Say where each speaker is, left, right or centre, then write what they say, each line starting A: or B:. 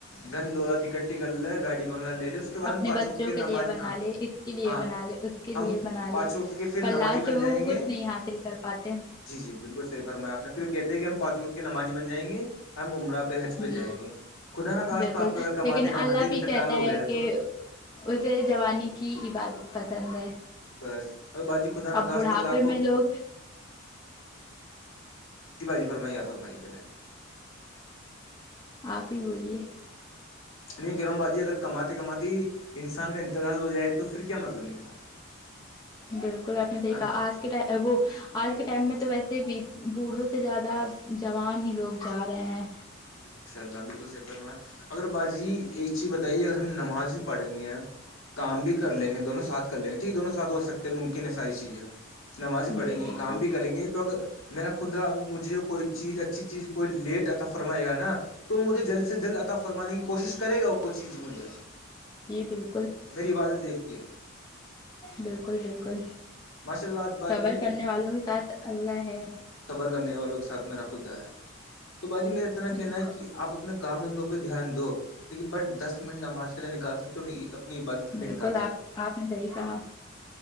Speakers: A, on the left; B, on the left.
A: دھن دولت ایک کٹا کل لے گاڑی بنگلہ لے لے اس کے بعد ہم
B: اپنے
A: پانچوں
B: بچوں
A: وقت کی نماز
B: کے لیے بنا
A: ہاں
B: لے اس کے لیے
A: ہاں
B: بنا لے اس کے
A: ہم
B: لیے بنا
A: پانچ
B: لے
A: وقت کے پھر نمازی
B: پر لاسٹ
A: بن
B: میں
A: جائیں
B: وہ
A: گے
B: کچھ نہیں حاصل کر پاتے
A: جی جی بالکل صحیح فرمایا آپ نے پھر کہتے ہیں کی ہم پانچ و قت کی نمازی بن جائیں گے اور ہم عمرہ پے ہج پے
B: جی
A: جائیں گے خدا نا خستہ
B: بالکل
A: آپ اگر کماتے
B: لیکن
A: کماتے
B: اللہ
A: انتقال
B: بھی کہتا
A: ہوگیا
B: ہے کہ
A: تو
B: اسے جوانی کی عبادت پسند ہے
A: بس اگر باجی خدا نا
B: اب
A: کااست
B: بڑھاپے
A: اگر آپ کو
B: میں لوگ
A: جی باجی فرمائیے آپ فرمائیے پہلے
B: آپ ہی بولیے
A: میں کہہ رہا ہوں باجی اگر کماتے کماتے ہی انسان کا انتقال ہو جائے تو پھر کیا مطلب نکلا
B: بالکل آپ نے دیکھا
A: ہاں
B: آج کے ٹا وہ آج کے ٹائم میں تو ویسے بھی بوڑھوں سے زیادہ جوان ہی لوگ جا رہے ہیں
A: جی ماشاء اللہ بالکل صحیح فرمایا اگر باجی ایک چیز بتائیے اگر ہم نماز ہی پڑھیں گے کام بھی کر لیں گے دونوں ساتھ کر لیں گے ٹھیک ہے دونوں ساتھ ہو سکتے ہیں ممکن ہے ساری چیزیں نماز ھی پڑیں
B: جی
A: گے
B: بالکل
A: کام بھی کریں گے تو اگر میرا خدا مجھے کوئی چیز اچھی چیز کوئی لیٹ اتا فرمائے گا نا تو مجھے جلد سے جلد اتا فرمانے کی کوشش کرے گا وہ چیز مجھے
B: جی بالکل
A: میری عبادت دیکھ کے
B: بالکل بالکل
A: ماشاء اللہ آج باجی
B: صبر کرنے والوں کے ساتھ اللہ ہے
A: صبر کرنے والوں کے ساتھ میرا خودا ہے تو باجی میں اتنا کہنا
B: بالکل
A: ہے کی آپ اپنے کام دھندوں پے دھیان دو لیکن بٹ دس منٹ نماز کے لیے نکال سکتے ہو اپنی عبادت کے لیے
B: بالکل
A: نکال
B: آپ
A: سکتے ہو
B: آپ نے صحیح کہا